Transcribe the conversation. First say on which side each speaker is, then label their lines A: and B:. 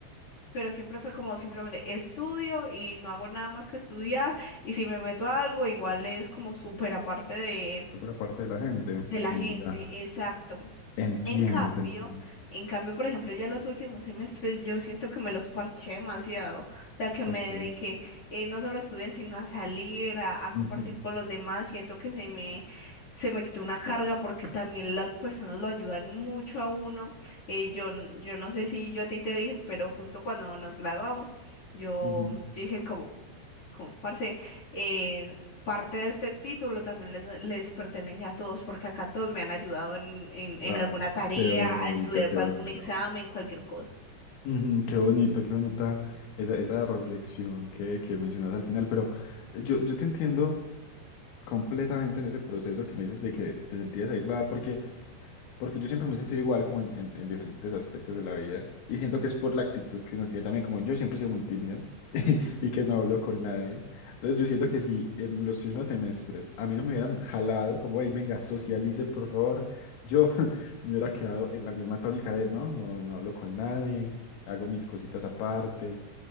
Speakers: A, on the left; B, on the left.
A: pero siempre fue como simplemente estudio y no hago nada más que estudiar, y si me meto a algo, igual es como súper aparte de,
B: por parte de la gente.
A: de la
B: Ya,
A: gente, exacto.
B: entiendo,
A: En cambio,
B: te entiendo.
A: en cambio, por ejemplo, ya los últimos semestres yo siento que me los parché demasiado, o sea, que me
B: Ok.
A: dediqué eh, no solo a estudiar, sino a salir, a, a compartir
B: Ujú,
A: con los demás, siento que se me, se me quitó una carga porque también las personas lo ayudan mucho a uno, eh, yo, n- yo no sé si yo a ti te dije, pero justo cuando nos graduamos, yo,
B: ujú.
A: yo dije como, como, parce, eh, parte de este título también les, les pertenece a todos, porque acá todos me han ayudado en, en, en
B: Ah,
A: alguna tarea,
B: qué bonito,
A: a estudiar
B: qué
A: para
B: bonito.
A: algún examen, cualquier cosa.
B: Ujú, qué bonito, qué bonita esa, esa reflexión que, que mencionas al final, pero yo, yo te entiendo completamente en ese proceso que me dices de que te sentías aislada, porque Porque yo siempre me he sentido igual como en, en- en diferentes aspectos de la vida. Y siento que es por la actitud que uno tiene también. Como yo siempre he sido muy tímido
A: Ujú.
B: <laughs> y que no hablo con nadie. Entonces yo siento que si en los primeros semestres a mí no me hubieran jalado, como, ahí venga, socialice, por favor. Yo <laughs> me hubiera quedado en la misma tónica de, no, no, no hablo con nadie, hago mis cositas aparte.